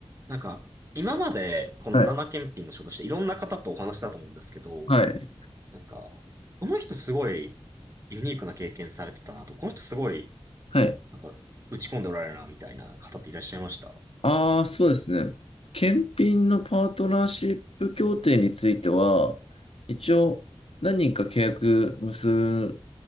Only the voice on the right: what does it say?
なんか、今まで、このバナナ検品の仕事していろんな方とお話したと思うんですけど、
なんか、この人すごいユニークな経験されてたなと、この人すごい、
なんか、打ち込んでおられるな、みたいな方っていらっしゃいました